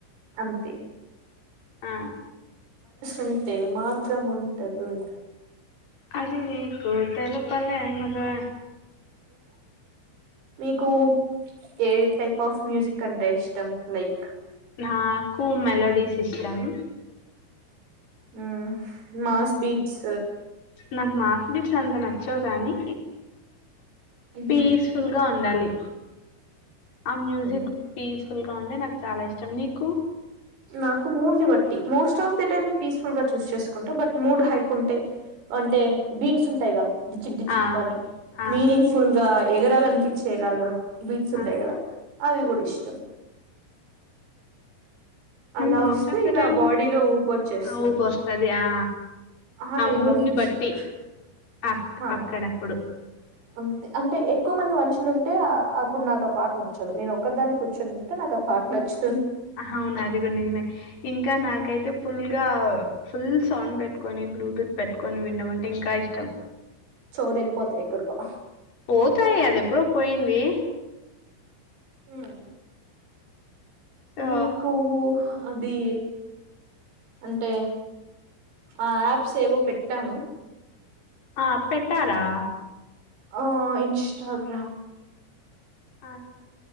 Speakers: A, on the right; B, on the left.
A: అంతే
B: ఆ
A: ఉంటే మార్గం ఉంటదోయ్
B: అది నీకు తెలవ్ పల్లే మరే
A: మీకు ఏ టైప్ ఆఫ్ మ్యూజిక్ అంటే ఇష్టం లైక్
B: నాకు మెలడీస్ ఇస్టమ్
A: హ్మ్ మాస్ బీట్స్
B: నాకు మాస్ బీట్స్ అంత న చ్చవ్ గాని
A: ఉ
B: పీస్ఫుల్ గా ఉండాలి ఆ మ్యూజిక్
A: ఉ
B: పీస్ ఫుల్ గా ఉంటే నాకు చాలా ఇష్టం నీకు
A: నాకు మూడ్ని బట్టి most of the time peaceful గా చూస్ చేసుకుంటే బట్ మూడ్ హైప్ ఉంటే అంటే బీట్స్ ఉంటాయిగా డిచిక్ డిచిక్
B: ఆ
A: మని
B: ఆ
A: మీనింగ్ ఫుల్ గ ఎగ వినాలనిపిచ్చేలాగా బీట్స్ ఉంటాయి
B: ఆ
A: గదా అవి గూడా ఇష్టం
B: నేన్
A: అలా
B: మోస్ట్
A: వస్తే
B: ఆఫ్ ద
A: ఇలా
B: టై
A: బాడీలో ఊపొచ్చేస్తుంది
B: అ ఊపస్తస్తాది ఆ
A: ఆ టైప్
B: మూడ్ని
A: ఆఫ్ మ్యూజిక్అ
B: బట్టి అక్ అక్కడప్పుడు
A: అంతే అంటే ఎక్కువ మంది మనుషులు ఉంటే అప్పుడు నాక్ ఆ పాట్ నచ్చదు. నే ఒక్కదాని కూర్చొని ఉంటే నాకు ఆ పాట నచ్చుత్
B: అవును అది కూడా నిజమే ఇంకా నాకైతే ఫుల్గా ఫుల్ సౌండ్ పెట్టుకొని బ్లూటూత్ పెట్టుకొని విండమంటే ఇంకా ఇష్టం.
A: చోవ్లు వెళ్ళిపోతాయి ఎక్కడికో
B: పోతాయి అది ఎప్పుడో పోయింది.
A: హ్మ్
B: సో
A: మీకు అది అంటే ఆ యాప్స్ ఏవో పెట్టాను.
B: ఆ పెట్టారా
A: ఆ ఇన్స్టాగ్రామ్
B: ఆ